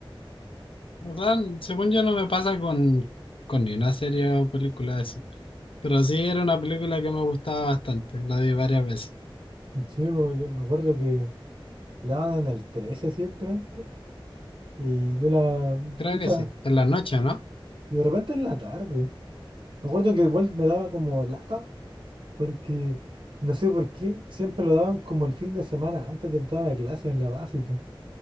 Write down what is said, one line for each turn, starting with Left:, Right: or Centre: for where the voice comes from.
Left: O sea, según yo no me pasa con, con ni una serie o película de eso. Pero sí era una película que me gustaba bastante. La vi varias veces.
Right: Sí, po, yo me acuerdo que la daban en el 13 siempre antes. Y yo la,
Left: Creo
Right: pucha,
Left: que sí. En la noche, ¿no?
Right: de repente en la tarde. Me acuerdo que igual me daba como lata, porque no sé por qué, siempre lo daban como el fin de semana antes de entrar a clase en la básica.